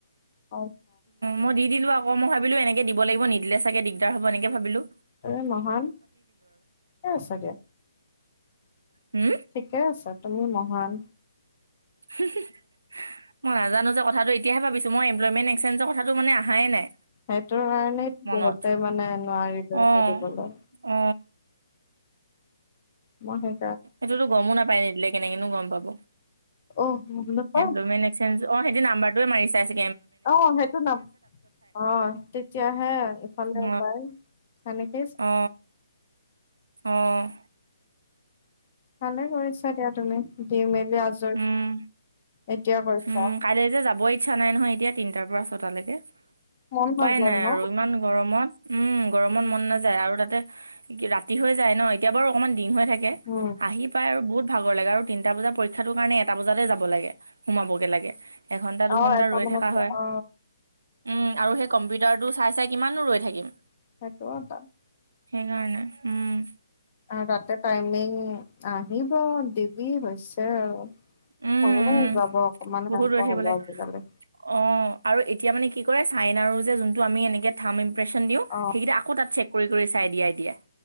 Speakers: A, on the left; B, on the right.
A: অ
B: মই দি দিলো আকৌ মই ভাবিলো এনে দিব লাগিব নিদিলে চাগে দিগদাৰ হ'ব এনেকে ভাবিলো।
A: এ মহান এই আছোগে
B: হুম
A: ঠিকে আছে তুমি মহান
B: <unintelligible> মই নাজানো যে কটো এতিয়াহে ভাবিছো মই এম্প্লয়মেট একসেঞ্জৰ কথাটো মানে অহাইে নাই
A: সেইটোৰ কাৰণেইটো
B: মনত
A: বহুতে মানে নোৱাৰিলে
B: অ
A: কৰিবলৈ
B: অ
A: মই সেই
B: সেইটোতো গমো নাপায় নিদিলে কেনেকেন গম পাব।
A: অ' নাপ
B: এমপ্লয়মেন্ট এক্সেঞ্জ অ 'সেইটো নাম্বাৰটোৱ মি চাইছে
A: অ', সেইটো নাম অ', তেতিয়াহে ইফালে
B: অ
A: ওলাই তেনেকেই
B: অ অ',
A: ভালে কৰিছা দিয়া তুমি দি মেলি আজৰি
B: উম
A: এতিয়া কৈছা
B: উম কাইলৈ যে যাব ইচ্ছা নাই নহয় এতিয়া তিনটাৰ পৰা ছটালৈকে
A: মন
B: উপায়
A: নাযায়
B: নাই
A: ন
B: আৰু ইমান গৰমত উম গৰমত মন নাযায়। আৰু তাতে ৰাতি হৈ যায় ন এতিয়া বাৰু অকণমান দিন হৈ থাকে
A: উম
B: আহি পায় আৰু বহুত ভাগৰ লাগে আৰু তিনিটা বজাৰ পৰীক্ষাটোৰ কাৰণে এটা বজাতে যাব লাগে। সোমাবগে লাগে এঘণ্টা দুঘণ্টা
A: অ এটা
B: ৰৈ
A: মানতে
B: থকা হয়।
A: অ
B: উম আৰু সেই কম্পিউটাৰটো চাই চাই কিমানো ৰৈ থাকিম।
A: <inaudible>
B: সেইকাৰণে উম
A: আৰু তাতে টাইমিং আহিব দিবি হৈছে আৰু
B: উম উম
A: হয় যাব অকমান
B: বহুত
A: সেনেকুৱা
B: ৰৈ থাকিব
A: হ'ব
B: লাগে
A: আজিকালি
B: অ আৰু এতিয়া মানে কি কৰে চাইন আৰু যে যোনটো আমি এনেকে থাম ইম্প্ৰেশচন দিওঁ
A: অ
B: সেইকেইটা আকৌ তাত চেক কৰি কৰি চাই দিয়াই দিয়াই